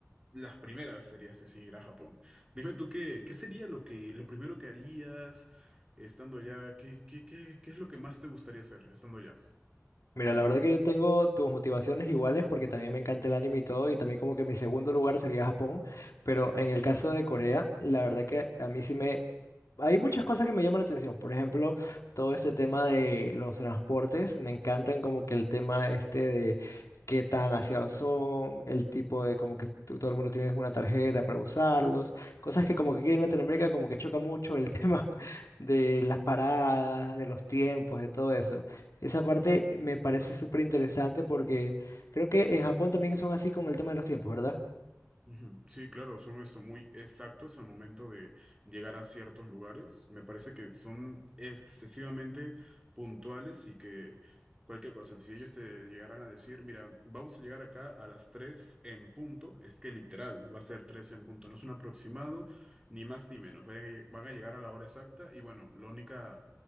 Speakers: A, on the right; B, on the left.
A: las primeras sería sí, ir a Japón. Dime tú qué, qué sería lo que, lo primero que harías estando ya, qué, qué, qué, qué es lo que más te gustaría hacer estando ya
B: Mira,
A: en
B: la
A: Corea.
B: verdad que yo tengo tus motivaciones iguales porque también me encanta el anime y todo, y también como que mi segundo lugar sería Japón, pero en el caso de Corea, la verdad que a mí sí me... Hay muchas cosas que me llaman la atención, por ejemplo, todo este tema de los transportes, me encantan como que el tema este de qué tan aseados son, el tipo de como que tú- todo el mundo tiene una tarjeta para usarlos, cosas que como que aquí en Latinoamérica como que choca mucho el <laughs> tema de las paradas, de los tiempos, de todo eso. Esa parte
A: claro
B: me parece súper interesante porque creo que en Japón también son así con el tema de los tiempos, ¿verdad?
A: Ujú. Sí, claro, son esto muy exactos al momento de llegar a ciertos lugares. Me parece que son excesivamente puntuales y que cualquier cosa, si ellos te llegaran a decir, mira, vamos a llegar acá a las 3 en punto, es que literal va a ser 3 en punto, no es un aproximado, ni más ni menos. Van a lle- van a llegar a la hora exacta y bueno, la única